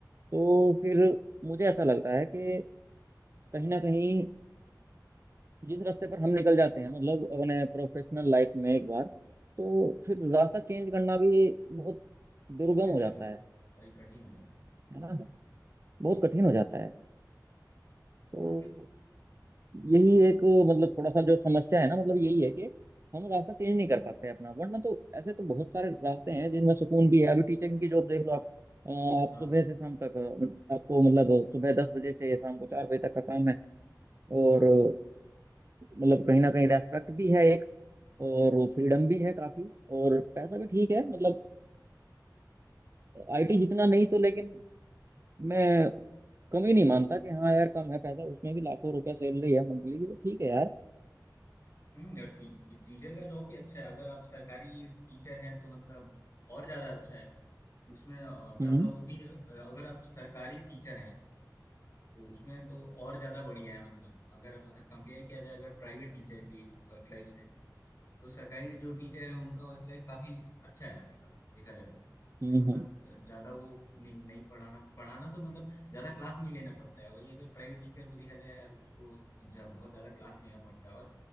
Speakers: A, on the right (about 40°); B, on the left (about 45°).
A: तो फिर मुझे ऐसा लगता है कि कहीं ना कहीं जिस रास्ते पर हम निकल जाते हैं मतलब अपने प्रोफेशनल लाइफ में एक बार तो फिर रास्ता चेंज करना भी बहुत दुर्गम
B: कठिन
A: हो जाता
B: हो जाता,
A: है
B: वही कठिन हो जाता है
A: है ना बहुत
B: वही।
A: कठिन हो जाता है तो
B: हाँ क्यों
A: यही
B: क्यों
A: एक मतलब थोड़ा सा जो समस्या है ना मतलब यही है कि हम रास्ता चेंज नहीं कर पाते हैं अपना वरना तो ऐसे तो बहुत सारे रास्ते हैं जिनमें सुकून भी है अभी टीचिंग की जॉब देख लो आप अ, आप
B: हाँ
A: सुबह से शाम तक अ, आपको मतलब सुबह दस बजे से शाम को चार बजे तक का काम है और
B: हाँ
A: अ, मतलब कहीं ना कहीं रेस्पेक्ट भी है एक और फ्रीडम भी है काफी और पैसा भी ठीक है मतलब आईटी जितना नहीं तो लेकिन मैं कम ही नहीं मानता कि हाँ यार कम है पैसा उसमें भी लाखों रुपया सैलरी है मंथली की तो ठीक है यार
B: हम्म और टी, टी, टीचर का जॉब भी अच्छा है अगर आप सरकारी टीचर हैं तो मतलब और ज्यादा अच्छा है उसमें अ, ज्यादा
A: हम्म
B: वो भी नहीं- अ, अगर आप सरकारी टीचर हैं तो उसमें तो और ज़्यादा बढ़िया है मतलब अगर अगर कंपेयर किया जाए अगर प्राइवेट टीचर की वर्क लाइफ से तो सरकारी जो टीचर है उनका वर्क लाइफ काफ़ी अच्छा है मतलब देखा जाए तो
A: हम्म
B: नहीं, मतलब ज़्यादा वो नहीं, नहीं पढ़ाना पढ़ाना तो मतलब ज़्यादा क्लास नहीं लेना पड़ता है वही अगर प्राइवेट टीचर को देखा जाए यार उसको जा, बहुत ज़्यादा क्लास लेना पड़ता है और